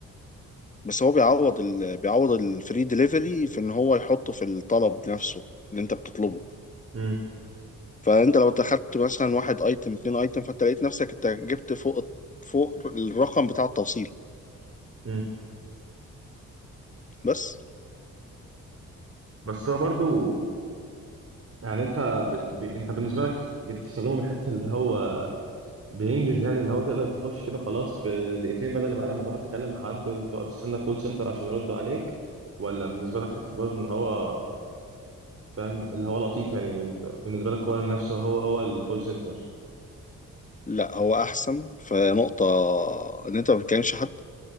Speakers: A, on the left; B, on the right.
A: بس هو بيعوض ال... بيعوض الفري دليفري في ان هو يحطه في الطلب نفسه اللي انت بتطلبه
B: امم
A: فانت لو اخدت مثلا واحد ايتم اتنين ايتم فانت لقيت نفسك انت جبت فوق فوق الرقم بتاع التوصيل
B: امم
A: بس
B: بس هو برضو يعني أنت ب... ب... أنت بالنسبة لك بتستخدمه من حتة اللي هو بينجز يعني اللي هو تقدر تخش كده خلاص في دقيقتين بدل بقى لما تقعد تكلم حد وتقعد تستنى كول سنتر عشان يرد عليك ولا بالنسبة لك حتة برضه ان هو فاهم اللي هو لطيف يعني بالنسبة لك هو نفسه هو هو الكول سنتر
A: لا هو احسن في نقطة ان انت ما بتكلمش حد